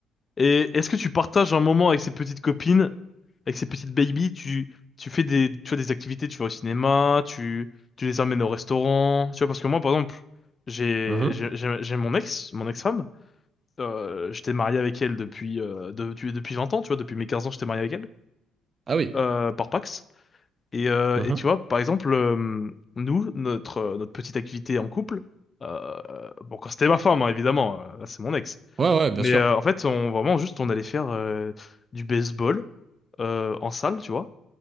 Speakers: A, on the left; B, on the right.
A: Et est-ce que tu partages un moment avec ces petites copines, avec ces petites babies? Tu, tu fais des, tu vois, des activités, tu vas au cinéma, tu, tu les amènes au restaurant. Tu vois, parce que moi, par exemple, j'ai,
B: Mhm,
A: j'ai, j'ai j'ai mon ex, mon ex-femme. Euh, j'étais marié avec elle depuis, euh, de- depuis, depuis 20 ans, tu vois, depuis mes 15 ans, j'étais marié avec elle.
B: Ah oui.
A: euh, par Pax. Et, euh,
B: mhm.
A: et tu vois, par exemple, euh, nous, notre, euh, notre petite activité en couple, euh, bon, quand c'était ma femme, hein, évidemment, euh, là, c'est mon ex.
B: Ouais, ouais, bien
A: Mais
B: sûr.
A: euh, en fait, on, vraiment, juste, on allait faire euh, du baseball euh, en salle, tu vois.